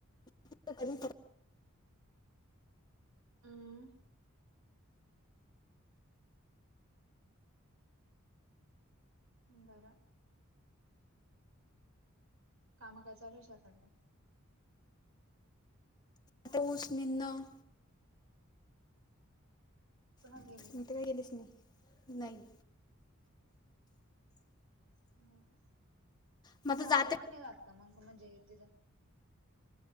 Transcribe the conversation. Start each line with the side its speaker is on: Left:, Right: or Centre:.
Left: <unintelligible>
Right: हम्म बरं. काम काय चालूय शेताकड?
Left: आता ऊस निदन.
Right: तू नव्हती
Left: मी
Right: गेली
Left: तर काय गेलेच नाही, नाही.
Right: नाही का,
Left: मग आता
Right: भाऊजी
Left: जाते
Right: पण नाही जात का मग म्हणजे तिथ?